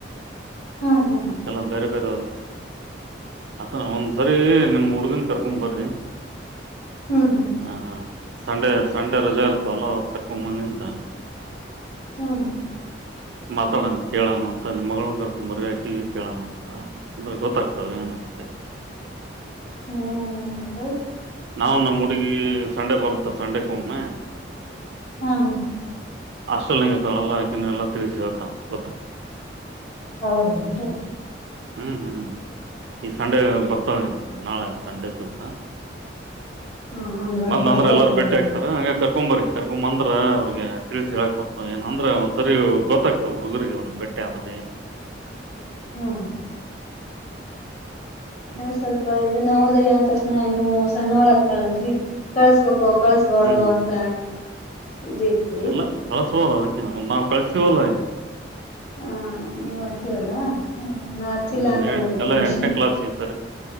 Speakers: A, on the left (about 35°); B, on the right (about 65°).
A: ಹ್ಮ್ ಹ್ಮ್ ಹ್ಮ್
B: ಅಕ್ಕೆಲ್ಲ ಬೇರೆ ಬೇರೆ ಆದ ಅ ಒಂದ ಸರಿ ನಿಮಮ್ಮ್ ಹುಡುಗನ್ ಕರ್ಕೊ್ ಬರ್ರಿ
A: ಹ್ಮ್
B: ಹಾ ಸಂಡೆ ಸಂಡೆ ರಜೆ ಇರ್ತವಲ್ಲ ಒ ತಕ್ಕೊಂಬನಿಂದ
A: ಹೂ ಹೂ
B: ಮಾತಾಡೋಣ ಕೇಳೋಣ ಮತ್ತ ನಿಮ್ಮ ಮಗಳನ್ನ ಕರ್ಕೊಂಬರ ಯಾಕ ಈಗ ಕೇಳಣ ಅಂತ ಅಂದ್ರೆ ಗೊತ್ತಾಗ್ತಾವ ಏನಂತೆ
A: ಹ್ಮ್ದ
B: ನಾವು ನಮ್ಮ್ ಹುಡುಗಿ ಸಂಡೆ ಬರುತ್ತೆ ಸಂಡೆಕ್ಕ ಒಮ್ಮೆ
A: ಹ್ಮ ಹ್ಮ್
B: ಹಾಸ್ಟೆಲ್ನಂಗ ಇರ್ತಾಳೆಲ್ಲಾ ಆಕ ಎಲ್ಲ ತಿಳಿಸಿಿ ಹತಳ ಗೊತ್ತ
A: ಹೌದೇನ್ರಿ
B: ಹ್ಮ್ ಹ್ಮ್ ಈ ಸಂಂಡ ಪತವ ನಾೆ ಸಂಡೇ ದೋಸಾ
A: ಹಾ ಹಂಗಾರ
B: ಮಂದ್
A: ಬರ್ತೇ
B: ಅಂದ್ರೆ ಎಲ್ಲಾರು
A: ತಗೋರಿ
B: ಬೆಟ್ಟೆ ಹಾಕ್ತಾರ ಹಂಗ ಕರ್ಕೊಂಬರಿ ಕರ್ಕೊ್ಂದ್ರ ಅವ್ರಿಗೆ ತಿಳಿಸಿ ಹೇಳಕ್ ಕೊಡ್ತ ಏ ಅಂದ್ರ ಒಂದ್ ಸರಿ ಗೊತ್ತಾಗ್ತಾವ ಹುಡುಗರಿಗೆ ಅವ್ರಿಗೆ ಬೆಟ್ಟ ಯಾವಾಗ
A: ಹೂ
B: ಹ್ಮ್
A: ಸ್ವಲ್ಪ ಇ ನಾವು ದಯ್ಯ ಅಂದ ತಕ್ಷಣ ಇನ್ನು ಸಣ್ಣ ಒಳಕ್ ಕಾಳಲ್ರರಿ ಕಳ್ಸ್ಬೇಕು ಕಳಸ್ಬಾರ್ದು
B: ಹ್ಮ್
A: ಅಂತ ಇದು ಇತ್ರಿ
B: ಎಲ್ಲ ಕಳ್ಸಬೋದು ಅದಕ್ಕೇ ಮತ್ತ ನಾವ್ ಕಳ್ಸವಲ್ಲ ಆದು
A: ಹಾ ನೀವು ಹಚಿರಲ್ಲ ಹೂ ನಾ ಹಚ್ಚಿಲ್ಲ
B: ಹ್ಮ್
A: ಅಂತ ಮಾಡಿದ್ದೆ
B: ಎಲ್ಲ
A: ನೋಡಿ
B: ಎಂಟನೇ ಕ್ಲಾಸ್ ಈ ಸರಿ